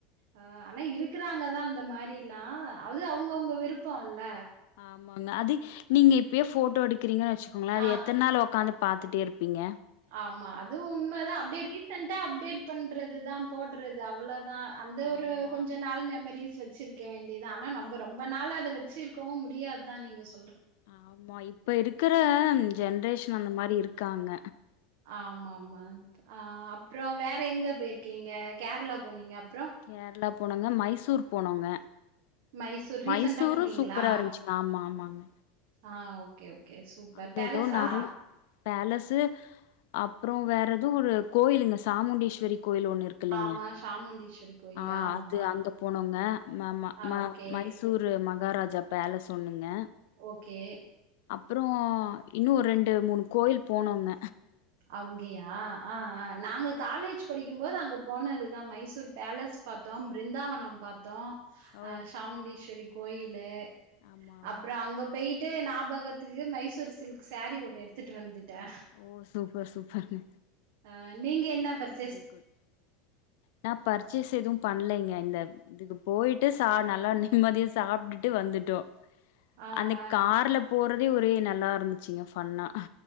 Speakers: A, on the right (about 65°); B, on the left (about 70°).
A: ஆ அனய் இருக்குறாங்கதா அந்த மாரிலா அது அவுங்கவுங்க விருப்போல்ல
B: ஆமாங்க அது நீங்க இப்யே ஃபோட்டோ எடுக்குறீங்க வச்சுக்கோங்களே அது
A: ஆ
B: எத்துன் நாள் ஒக்காந்துப் பாத்துட்டே இருப்பிங்க
A: ஆமா அதுவு உண்மதா அப்டியே ரீசன்ட்டா அப்டேட் பண்றதுதா போட்றது அவ்ளோ தா அந்த ஒரு
B: ஆமா
A: கொஞ்ச நாள் மெமரிஸ் வச் வச்சிருக்க வேண்டிதா ஆனா நம்ம ரொம்ப நாளா அத வச்சிருக்கவு முடியாதுதா நீங்க சொல்
B: ஆமா இப்ப இருக்கற ஜென்ரேஷன் அந்த மாரி இருக்காங்க
A: ஆமா ஆமா அ அப்ற வேற எங்க போய்ருக்கிங்க கேர்ளா போனீங்க அப்றோ
B: கேர்ளா போனோங்க மைசூர் போனோங்க
A: மைசூர் ரீசென்ட்டா
B: மைசூரு
A: போனீங்களா?
B: சூப்பரா இருந்துச்சுங்க ஆமா ஆமாங்க
A: ஆ ஓகே ஓகே சூப்பர்
B: அங்க
A: பேலஸா
B: ஏதோ நெறைய பேலஸு அப்றோ வேற எதோ ஒரு கோயிலுங்க சாமுண்டீஸ்வரி கோயில் ஒண்ணு இருக் கில்லங்க
A: ஆமா. சாமுண்டீஸ்வரி கோயில்.
B: ஆ
A: ஆமா.
B: அது அங்க போனோங்க ம மா
A: ஆ
B: ம
A: okay,
B: Mysuru Maharaja palace ஒன்னுங்க
A: ஓகே
B: அப்றோ இன்னு ஒரு ரெண்டு மூணு கோயில் போனோங்க
A: அங்கயா அ அ நாங்க காலேஜ் படிக்கும்போது அங்க போனதுதா மைசூர் பேலஸ் பாத்தோ பிருந்தாவன பாத் தோ
B: ஓ
A: ஹ் சாமுண்டீஸ்வரி கோயிலு
B: ஆமா ஆமாங்
A: அப்றோ அங்க போய்ட்டு ஞாபகத்துக்கு மைசூர் சில்க் சேரி ஒண்ணு எடுத்துட்டு வந்துட்டே
B: ஓ சூப்பர் சூப்பர்ங்க
A: ஆ நீங்க என்ன பர்
B: வெரி குட் நா பர்ச்சேஸ் எதுவு பண்லேங்க இந்த இதுக்கு போயிட்டு சா நல்லா நிம்மதியா சாப்ட்டுட்டு வந்துட்டோ
A: ஆ
B: அன்னக்
A: ஆ
B: கார்ல போறதே ஒரே நல்லா இருந்துச்சுங்க ஃபண்ணா